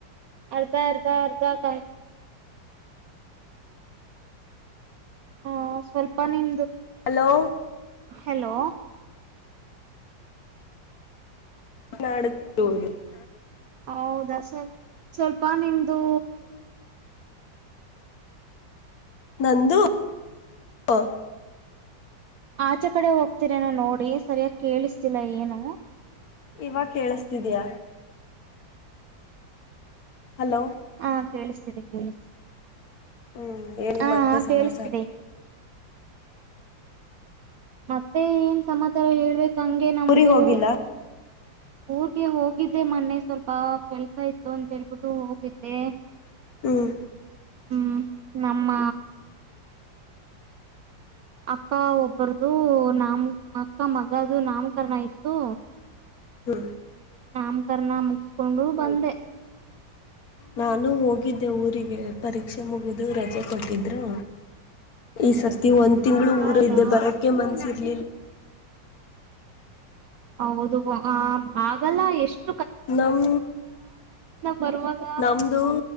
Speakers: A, on the right (about 75°); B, on the left (about 60°).
A: ಅರ್ಧ ಅರ್ಧ ಅರ್ಧ ಕಾ ಹ ಸ್ವಲ್ಪ ನಿಮ್
B: ಹಲೋ.
A: ಹಲೋ.
B: <unintelligible>
A: ಹೌದಾ ಸ್ವಲ್ ಸ್ವಲ್ಪ ನಿಮ್ದು.
B: ನಂದು. <inaudible>
A: ಆಚೆ ಕಡೆ ಹೋಗ್ತರೇನೋ ನೋಡಿ ಸರಿಯಾಗಿ ಕೇಳಿಸ್ತಿಿಲ್ಲ ಏನು.
B: ಇವಾಗ ಕೇಳಸ್ತಿದಿಯ ಹಲೋ.
A: ಹಾ ಕೆಳಸ್ತಿದೆ ಹೇಳಿ.
B: ಹ್ಮ್ ಹೇಳಿ
A: ಹಾ
B: ಮತ್ತೆ
A: ಹಾ
B: ಸಮಾಚಾರ.
A: ಕೇಳಿಸ್ತಿದೆ ಮತ್ತೆ ಏನ್ ಸಮಾಚಾರ ಹೇಳ್ಬೇಕ ಹಂಗೆ ನಮ್ದು.
B: ಊರಿಗೆ ಹೋಗಿಲ್ಲ
A: ಊರ್ಗೆ ಹೋಗಿದ್ದೆ ಮೊನ್ನೆ ಸ್ವಲ್ಪ ಕೆಲ್ಸ ಇತ್ತ ಇತ್ತು ಅಂತ ಹೇಳ್ಬಿಟ್ಟು ಹೋಗಿದ್ದೆ.
B: ಹ್ಮ್
A: ಹ್ಮ್ ನಮ್ಮ. ಅಕ್ಕ ಒಬ್ಬರದು ನಾಮ ಅಕ್ಕ ಮಗದು ನಾಮಕರಣ ಇತ್ತು.
B: ಹ್ಮ.
A: ನಾಮಕರಣ ಮುಗಿಸಕೊಂಡು ಬಂದೆ.
B: ನಾನು ಹೋಗಿದ್ದೆ ಊರಿಗೆ ಪರೀಕ್ಷೆ ಮುಗಿದು ರಜೆ ಕೊಟ್ಟಿದ್ರು ಈ ಸ ತಿ ಒಂದ್ ತಿಂಗಳು
A: ಹೌದಾ
B: ಊರಲ ಇದ್ದೆ ಬರೋಕ್ಕೆೆ ಮನ್ಸ <unintelligible>
A: ಹೌದು ಆ ಆಗಲ್ಲಾ ಎಷ್ಟ
B: ನಮ
A: ಬರುವಾಗ
B: ನಮ್ದು